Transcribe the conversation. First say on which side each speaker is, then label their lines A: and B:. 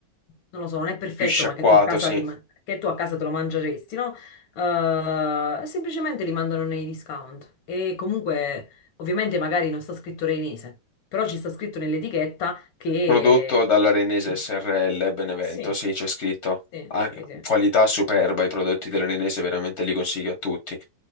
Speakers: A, on the left; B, on the left.
A: lo so, non è perfetto,
B: Più sciacquato,
A: ma che tu a casa,
B: sì.
A: ti, ma- che tu a casa te lo mangeresti, no? Eh, semplicemente li mandano nei discount. E comunque, ovviamente, magari non sta scritto reinese, però ci sta scritto nell'etichetta che...
B: Prodotto dall'Arenese
A: Sì,
B: SRL Benevento,
A: sì,
B: sì, c'è scritto.
A: sì,
B: Ah,
A: sì. sì.
B: qualità superba, i prodotti dell'Arenese veramente li consiglio a tutti.